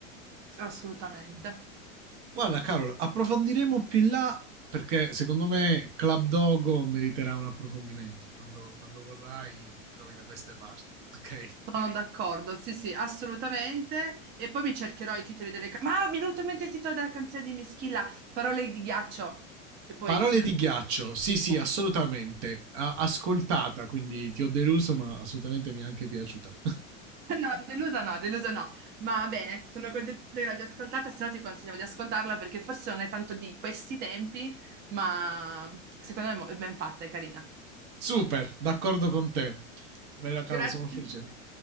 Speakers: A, on the right; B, on the right.
A: assolutamente.
B: Guarda, Carol, approfondiremo più in là perché secondo me Club Dogo meriterà un approfondimento. Quando, quando vorrai mi trovi da queste parti, <laughs> ok?
A: Sono d'accordo, sì, sì, assolutamente. E poi mi cercherò i titoli delle canzoni. Ma mi è venuto in mente il titolo della canzone di Mischilla, Parole di ghiaccio. E poi...
B: Parole di ghiaccio, sì sì,
A: <laughs>
B: assolutamente. A- ascoltata, quindi ti ho deluso, ma assolutamente mi è anche piaciuta.
A: No, delusa
B: <laughs>
A: no, delusa no. Ma va bene, sono contenta che l'abbia ascoltata, se no ti consigliamo di ascoltarla perché forse non è tanto di questi tempi, ma secondo me è mo- è ben fatta, è carina.
B: Super, d'accordo con te. Bella Carol,
A: Grazie
B: sono felice.
A: mille.